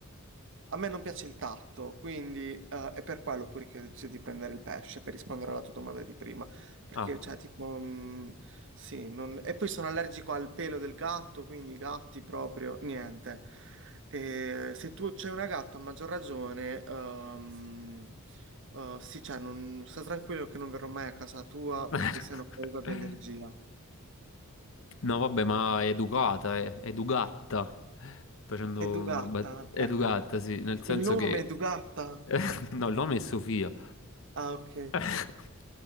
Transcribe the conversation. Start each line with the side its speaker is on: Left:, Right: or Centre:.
Right: a me non piace il tatto, quindi eh, è per quello pure che ho deciso di prendere il pesce, per rispondere alla tua domanda di prima. Perché,
Left: ah.
Right: cioè, tipo, mh, sì, non- e poi sono allergico al pelo del gatto, quindi i gatti proprio, niente. E se tu c'hai una gatta, a maggior ragione, ehm, eh, sì, cioè, non... sta tranquillo che non verrò mai a casa tua,
Left: <laughs>
Right: perché sennò ho paura di allergia.
Left: No, vabbè, ma è educata, è è educata. Facendo
Right: E Dugatta,
Left: una bat- educata,
Right: ecco.
Left: sì, nel senso
Right: Il nome
Left: che
Right: è Dugatta?
Left: <laughs> no, il nome è Sofia.
Right: Ah, ok.
Left: <laughs>